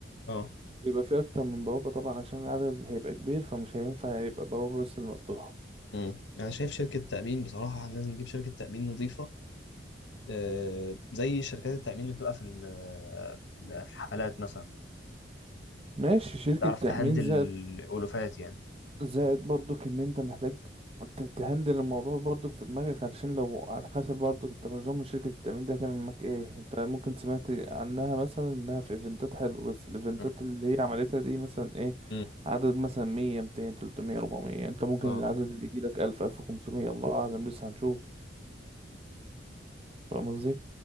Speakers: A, on the left; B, on the right.
A: اه
B: يبقى فيه اكتر من بوابه طبعا عشان العدد هيبقى كبير فمش هينفع يبقى بوابه بس اللي مفتوحه
A: امم انا شايف شركه تامين بصراحه لازم نجيب شركه تامين نظيفه آه زي شركات التامين اللي بتبقى في ال- في ال- في الحفلات مثلا
B: ماشي شركه
A: تعرف
B: تامين
A: تهندل
B: زائد
A: الالوفات يعني
B: زائد برضك ان انت محتاج ت- تهندل الموضوع برضك في دماغك علشان لو على حسب برضك انت مش ضامن شركة التأمين دي هتعمل معاك ايه انت ممكن سمعت عنها مثلا انها في ايفنتات حلو بس الايفنتات
A: مم.
B: اللي هي عملتها دي مثلا ايه
A: مم.
B: عدد مثلا مية ميتين تلتمية ربعمية انت ممكن
A: فاهم.
B: العدد اللي يجيلك ألف ألف وخمسمية الله أعلم لسه هنشوف فاهم قصدي